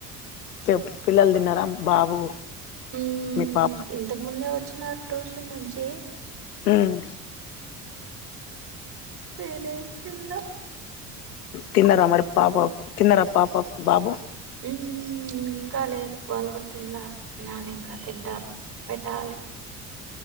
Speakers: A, on the left; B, on the right.
A: చెప్ పిల్లలు తిన్నారా బాబు
B: హుమ్
A: మీ పాప
B: ఇంతకు ముందే వచ్చినారు ట్యూషన్ నుంచి
A: హుమ్
B: నేనేం తిన్ల
A: తిన్నార మరి పాప తిన్నార పాప బాబు
B: ఇంకా లేదు వాళు కూడా తిన్ల తినాలి ఇంకా తింటారు పెట్టాలి